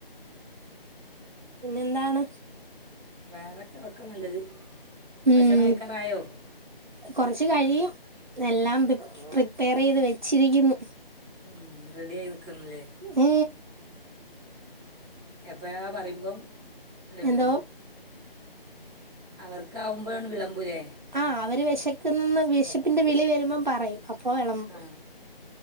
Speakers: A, on the right; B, in the centre.
A: പിന്നെന്താണ്
B: വേറൊക്കെ ഒക്കെ നല്ലത്.
A: ഉം
B: ഭക്ഷണം കഴിക്കാറായോ
A: കൊറച്ച് കഴിയും എല്ലാം പ്രി പ്രിപ്പയർ ചെയ്ത് വെച്ചിരിക്ക്ന്ന്
B: മ് റെഡി ആയി നിക്ക്ന്ന്ലേ
A: മ്
B: എപ്പഴാ പറയുമ്പം ആണ്ട് വെളമ്പും.
A: എന്തോ
B: അവർക്കാവുമ്പോ ആണ്ട് വിളമ്പുലേ?
A: ആ, അവര് വെശക്ക്ന്ന്ന്ന്‌ വിഷപ്പിന്റെ വിളി വരുമ്പ പറയും അപ്പൊ വിളമ്പും
B: ആ